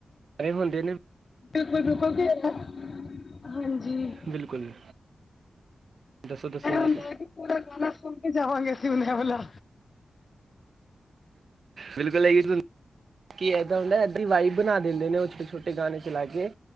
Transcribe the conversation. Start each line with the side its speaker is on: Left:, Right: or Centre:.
Right: ਇਹ ਹੁੰਦੇ ਨੇ
Left: <unintelligible> ਹਾਂਜੀ।
Right: ਬਿਲਕੁਲ ਦੱਸੋ-ਦੱਸੋ
Left: ਇਹ
Right: ਜੀ।
Left: ਹੁੰਦਾ ਕਿ ਪੂਰਾ ਗਾਨਾ ਸੁਣ ਕੇ ਜਾਵਾਂਗੇ ਅਸੀਂ ਹੁਣ ਇਹ ਵਾਲਾ।
Right: ਬਿਲਕੁਲ ਇਹੋ ਸੁਣ ਕੀ ਇਹਦਾਂ ਹੁੰਦਾ ਐਦੀ ਵਾਈਬ ਬਣਾ ਦਿੰਦੇ ਨੇ ਉਹ ਛੋਟੇ-ਛੋਟੇ ਗਾਣੇ ਚਲਾ ਕੇ।